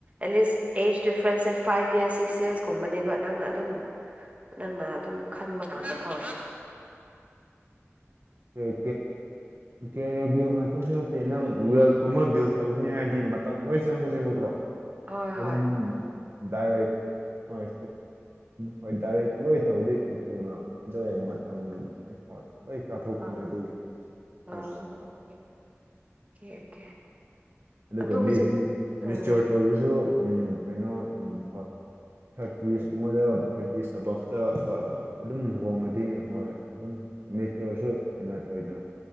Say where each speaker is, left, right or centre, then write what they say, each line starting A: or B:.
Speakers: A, on the right; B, on the right.
A: ꯑꯦꯠꯂꯤꯁ ꯑꯦꯖ ꯗꯤꯐ꯭ꯔꯦꯟꯁꯁꯦ ꯐꯥꯏꯚ ꯌꯔꯁ ꯁꯤꯛꯁ ꯌꯔꯁꯀꯨꯝꯕꯅꯦꯕ ꯅꯪꯅ ꯑꯗꯨꯝ ꯅꯪꯅ ꯑꯗꯨꯝ ꯈꯟꯕ ꯀꯥꯟꯗꯀꯣ
B: ꯦꯕꯤ ꯀꯦꯔꯤꯌ ꯕꯤꯜ ꯉꯥꯛꯁꯨ ꯅꯠꯇꯦ ꯅꯪꯋ ꯀꯕꯤꯜ ꯇꯧꯅꯤ ꯍꯥꯏꯗꯤ ꯃꯇꯝ ꯂꯣꯏ ꯆꯪꯒꯅꯦꯕꯀꯣ
A: ꯍꯣꯏ
B: ꯑꯗꯨꯅ
A: ꯍꯣꯏ ꯎꯝ
B: ꯗꯥꯏꯔꯦꯛ ꯍꯣꯏ ꯍꯣꯏ ꯗꯥꯏꯔꯦꯛ ꯂꯣꯏ ꯇꯧꯗꯤ ꯊꯨ ꯊꯨꯅ <inaudible> ꯑꯗꯨ ꯃꯇꯝ ꯂꯣꯏ ꯀꯥꯊꯣꯛꯄꯅꯦ
A: ꯑꯪ
B: ꯑꯗꯨꯒꯤ ꯐꯥꯔꯁ
A: ꯑꯣ ꯑꯣꯀꯦ ꯑꯣꯀꯦ
B: ꯑꯗꯨꯣ
A: ꯑꯗꯣ ꯍꯧꯖꯤꯛ
B: ꯃꯤ ꯃꯤꯆꯣꯠ
A: ꯎꯝ
B: ꯇꯧꯕꯁꯨ ꯀꯩꯅꯣ ꯍꯣꯏ ꯊꯥꯔꯇꯤꯁꯀꯨꯝꯕꯗ
A: ꯎꯝ
B: ꯊꯥꯔꯇꯤꯁ ꯑꯕꯞꯇ ꯑꯗꯨꯝ ꯂꯨꯣꯡꯉꯗꯤ ꯍꯣꯏ ꯑꯗꯨꯝ ꯅꯦꯆꯔꯁꯨ ꯍꯩꯅ ꯇ ꯑꯣꯏꯣꯏ